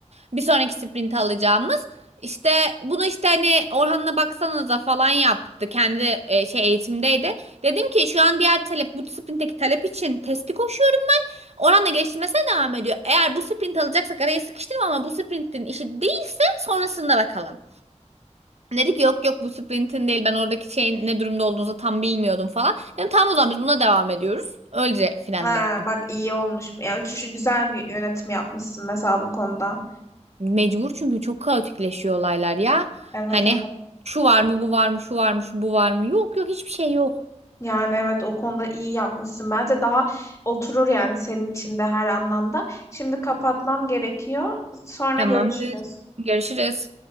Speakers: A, on the right; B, on the left.
A: Bir sonraki sprint alacağımız. İşte bunu işte hani Orhan'la baksanıza falan yaptı. Kendi e, şey eğitimdeydi. Dedim ki şu an diğer talep bu sprintteki talep için testi koşuyorum. Orhan'la geliştirmesine devam ediyor. Eğer bu sprint alacaksak araya sıkıştırma ama bu sprintin işi değilse sonrasında bakalım. Dedi ki yok yok bu sprintin değil ben oradaki şeyin ne durumda olduğunuzu tam bilmiyordum falan. Dedim tamam o zaman biz buna devam ediyoruz. Öylece finalledim.
B: Ha, bak iyi olmuş. Yani şu, şu güzel bir yönetim yapmışsın mesela bu konuda.
A: Mecbur çünkü çok kaotikleşiyor olaylar ya.
B: Evet
A: Hani
B: evet.
A: şu var mı bu var mı şu var mı şu bu var mı yok yok hiçbir şey yok.
B: Yani evet o konuda iyi yapmışsın. Bence daha oturur yani senin için de her anlamda. Şimdi kapatmam gerekiyor. Sonra
A: Tamamdır.
B: görüşürüz.
A: Görüşürüz.